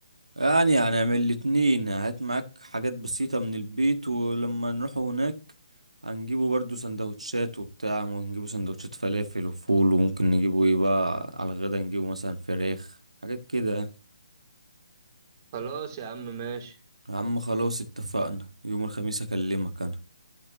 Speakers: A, on the right; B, on the right.
A: يعني هنعمل الاتنين هات معاك حاجات بسيطة من البيت ولما نروحوا هناك هنجيبوا برضو سندوتشات وبتاع ونجيبوا سندوتشات فلافل وفول وممكن نجيبوا ايه بقى على الغدا نجيبوا مثلا فراخ حاجات كده يعني.
B: خلاص يا عم ماشي
A: يا عم خلاص اتفقنا يوم الخميس اكلمك انا